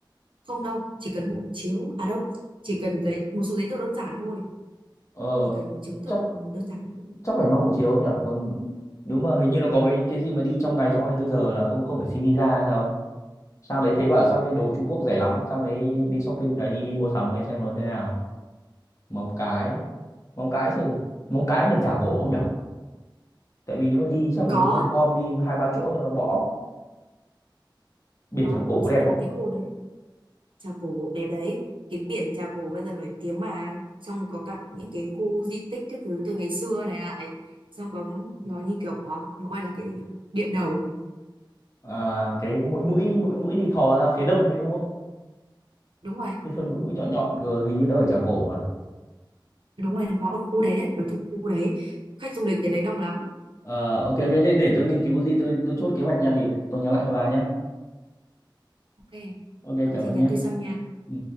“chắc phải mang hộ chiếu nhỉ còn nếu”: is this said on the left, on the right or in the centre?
Left